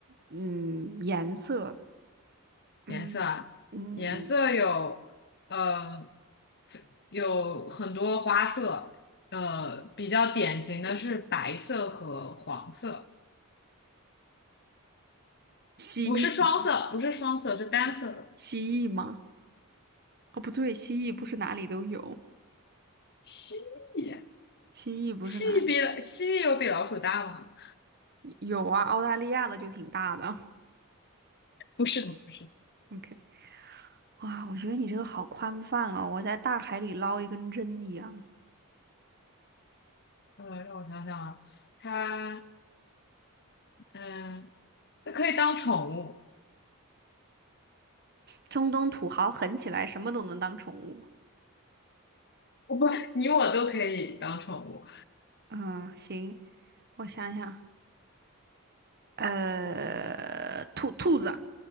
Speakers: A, on the right; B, on the left.
A: 嗯，颜色，嗯嗯，
B: 颜色啊，颜色有，嗯、有很多花色，呃，比较典型的是白色和黄色，
A: 蜥蜴吗？
B: 不是双色，不是双色，是单色的。
A: 蜥蜥蜴吗？哦，不对，蜥蜴不是哪里都有，
B: 蜥蜴，
A: 蜥蜴不是哪里
B: 蜥蜴比蜥蜴有比老鼠大吗？
A: 有啊，澳大利亚的就挺大的。
B: 不是的，不是。
A: <laughs> OK，哇，我觉得你这个好宽泛哦，我在大海里捞一根针一样。
B: 呃，让我想想啊，它，嗯，它可以当宠物，
A: 中东土豪狠起来，什么都能当宠物。
B: 哦不，你我都可以当宠物，
A: 嗯，行，我想想，呃，兔兔子